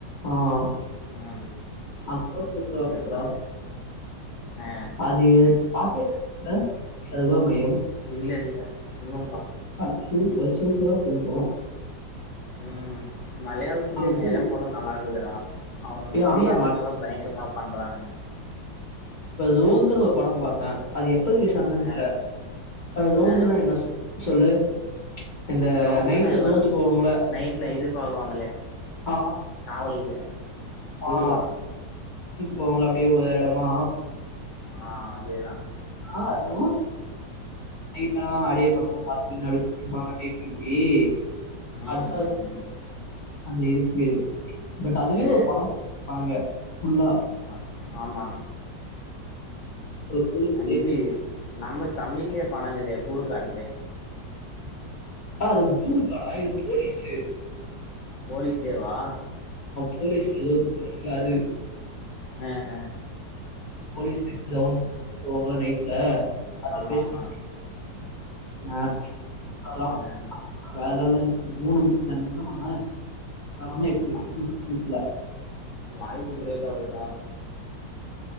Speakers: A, on the left (about 30°); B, on the left (about 60°).
A: ஆ ஆ
B: ம்
A: <unintelligible>
B: சரிதான் அ
A: அது பாத்த சர்வமயம்
B: இல்ல இல்ல இன்னு
A: <unintelligible> ன்றோ
B: ம் மலையாளத்திலயே
A: அது
B: நெறைய படம் நல்லாகுது த அவனுங்க
A: ஏ
B: கிரியேஷன்லா
A: ஆண்டா ம
B: பயங்கரமா பண்றானுங்க
A: ரோந்துனு ஒரு படம் பாத்த அது எப்ப ப்ப ரிலீஸ் ஆனதுன்னு
B: அ
A: தெரில்ல ரோந்துனா
B: அ
A: என்ன சொ சொல்லு <unintelligible> இந்த
B: ரோந்தனா
A: நைட்ல
B: என்ன
A: ரோந்து போவோங்கள
B: நைட்ல இது பாக்குவாங்களே
A: ஆ
B: காவலுக்கு கூர்கா
A: ஆ போவாங்கள அப்டியே ஒரு எடம் மா
B: ஆ அதேதான்.
A: ஆ அது ஆயிட்டா அடியே மக்கம் பாத்த <unintelligible>
B: ம்
A: அது
B: ம் ம்
A: அது வே பட் அதுவே
B: அ
A: ஒரு பணம் பண்ணுங்க ஃபுல்லா
B: அது ஆமா.
A: ஒரு போலீஸ் லைஃப்.
B: இது நம்ம தமிழ்லயே படங்குதே கூர்க்காண்டு
A: ஆ அது கூர்கா டா இது போலீசு
B: போலிசேவா
A: போலீஸ் எது வந்து போனீங்கள அது
B: ஹ ஹ
A: போலீஸ் ரவ்ண்ட் போவங்கள நைட்ல அது
B: ஆமாமா.
A: பேஸ் பண்ணி ஆ அதல்லா
B: அ
A: வேறலெவல் மூணும் என்ன பண்ண <unintelligible>
B: வா வாய்ஸ் பிரேக் ஆகுதுடா